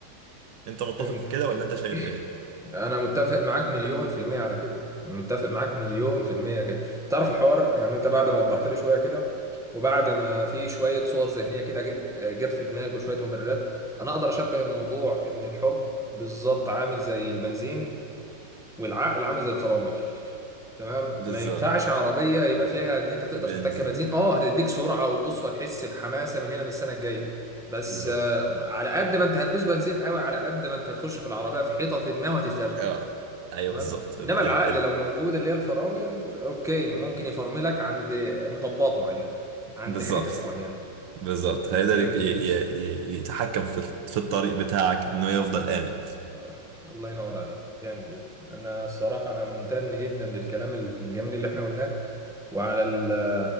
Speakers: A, on the right (about 65°); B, in the centre.
A: انت متفق
B: فهمتك
A: في كده ولا انت شايف ايه
B: <clears throat> انا متفق معاك مليون في المية على كده متفق معاك مليون في المية كده تعرف الحوار يعني انت بعد ما وضحت لي شوية كده وبعد ما في شوية صور ذهنية كده جت جت في دماغي وشوية مبررات انا اقدر اشبه الموضوع ان الحب بالظبط عامل زي البنزين والعقل عامل زي الفرامل تمام
A: بالظبط
B: ما ينفعش عربيه يبقى فيها ان انت تقدر
A: بنزين
B: تتك بنزين اه هتديك سرعه وبص هتحس بحماسه من هنا للسنه الجايه بس
A: بالظبط
B: آه، على قد ما انت هتدوس بنزين قوي على قد ما انت هتخش في العربيه في حيطه ما وهتفرتك
A: اه ايوه
B: تمام
A: بالظبط ال
B: انما العقل
A: ال ال
B: لو موجود اللي هي الفرامل اوكي ممكن يفرملك عند مطبات معينه عند
A: بالظبط
B: حتت معينه
A: بالظبط هيقدر
B: جامد
A: يك- ي- ي-
B: جدا
A: ي- يتحكم في في الطريق بتاعك انه يفضل آمن
B: آه، الله ينور عليك جامد جدا انا الصراحه انا ممتن جدا للكلام الجميل اللي احنا قلناه وعلى ال-